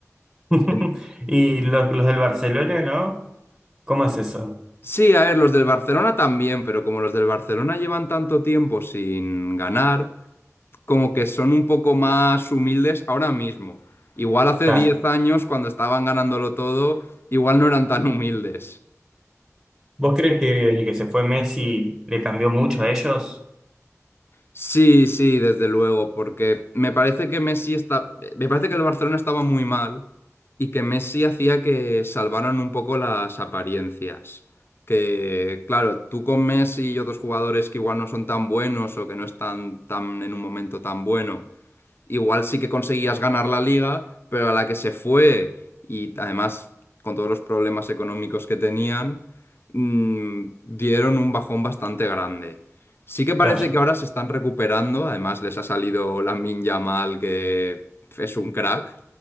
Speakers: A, in the centre; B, on the left.
A: <laughs>
B: Em,
A: Y los, los del Barcelona, ¿no? ¿Cómo es eso?
B: Sí, a ver, los del Barcelona también, pero como los del Barcelona llevan tanto tiempo sin ganar, como que son un poco más humildes ahora mismo. Igual hace
A: Claro.
B: 10 años, cuando estaban ganándolo todo, igual no eran tan humildes.
A: ¿Vos crees que desde que se fue Messi le cambió mucho a ellos?
B: Sí, sí, desde luego, porque me parece que Messi está, me parece que el Barcelona estaba muy mal y que Messi hacía que salvaran un poco las apariencias. Que, claro, tú con Messi y otros jugadores que igual no son tan buenos o que no están tan en un momento tan bueno igual sí que conseguías ganar la liga, pero a la que se fue y además con todos los problemas económicos que tenían, mm, dieron un bajón bastante grande. Sí que parece
A: Claro.
B: que ahora se están recuperando, además les ha salido Lamine Yamal, que es un crack,